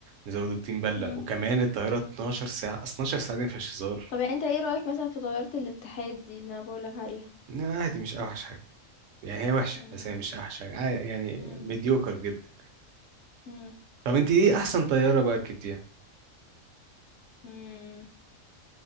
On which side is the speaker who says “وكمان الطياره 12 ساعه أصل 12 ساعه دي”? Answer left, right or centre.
Right